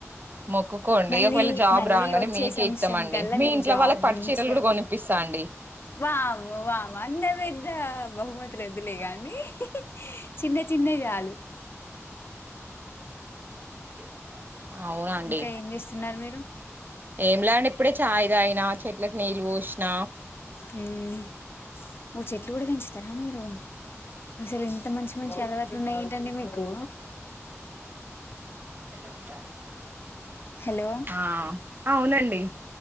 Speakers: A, on the right (about 40°); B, on the left (about 50°).
A: మొక్కుకోండి
B: మళ్ళీ
A: ఒకవేళ జాబ్
B: మళ్ళీ
A: రాగానే
B: వచ్చే
A: మీకే
B: సంవత్సరం
A: ఇస్తామండి
B: కల్లా
A: మీ
B: మీరు
A: ఇంట్లో
B: జాబ్
A: వాళ్ళకి పట్టు
B: మంచిగా
A: చీరలు కూడా కొనిపిస్తా అండి
B: వావ వామ అంద పెద్ద బహుమతులు ఓద్దులే కాగానీ చిన్న చిన్నవీ చాలు
A: మాదా అవునా అండి
B: ఇంకా ఏం చేస్తున్నారు మీరు
A: ఏం లా అండి ఇప్పుడే చాయ్ తగిన చెట్లకు నీళ్ళి పోసిన
B: హ్మ్మ్ నువు చెట్లు కూడా పెంచి ఇార మీరు అసలు ఇంత మంచి మంచి అలవాట్లు ఉన్నాయి ఏంటండి మీకు
A: ంటా
B: హలో
A: ఆ అవునండి